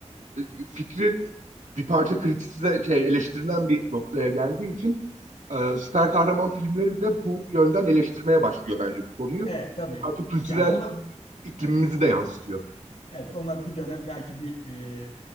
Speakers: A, on the right; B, on the left.
A: e, fikri bir parça kritisize şey eleştirilen bir noktaya geldiği için e, süper kahraman filmleri de bu yönden eleştirmeye başlıyor bence bu konuyu.
B: Evet, tabii.
A: Artık kültürel
B: Yani ona
A: iklimimizi de yansıtıyor.
B: Evet, onlar bir dönem belki bir, e,